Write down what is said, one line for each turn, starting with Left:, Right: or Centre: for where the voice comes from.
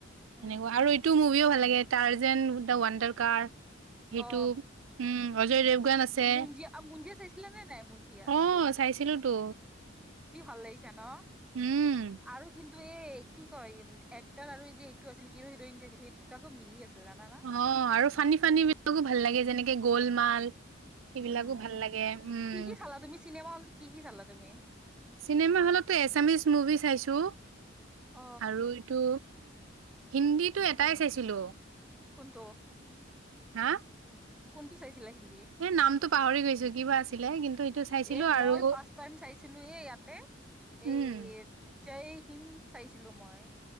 Centre: উম
Right: হেনেকোৱা আৰু ইটো মুভিও ভাল
Centre: এ
Right: লাগে তাৰযেন দা ৱাণ্ডাৰ কাৰ। সেইটো
Centre: অ
Right: উ অজয় দেৱগান আছে,
Centre: বুঞ্জিয়া বুঞ্জিয়া চাইছিলা নে নাই বুঞ্জিয়া
Right: অঁ। চাইছিলোটো।
Centre: যি ভাল লাগিছে ন
Right: উম
Centre: আৰু কিন্তু এই কি কয় এক্টৰ আৰু যে এইটো আছিল হিৰো হিৰইন যে আছিল সেই দুতাকো মিলি আছিল। জানানা
Right: অ আৰু ফানী ফানী বিলাকো ভাল লাগে যেনেকে গোলমাল সেইবিলাকো
Centre: উম
Right: ভাল লাগে উ।
Centre: কি কি চালা তুমি চিনেমা হল কি কি চালা তুমি?
Right: চিনেমা হলতো এছামিচ মুভি চাইছো
Centre: অ
Right: আৰু এইটো হিন্দীটো এটাই চাইছিলো।
Centre: কোনটো?
Right: হা।
Centre: কোনটো চাইছিলা হিন্দী?
Right: এ নামটো পাহৰি গৈছো কিবা আছিলে কিন্তু এইটো চাইছিলো
Centre: এ
Right: আৰু
Centre: মই ফাচ টাইম চাইছিলো এ ইয়াতে। এই
Right: উম
Centre: জয়হীন চাইছিলো মই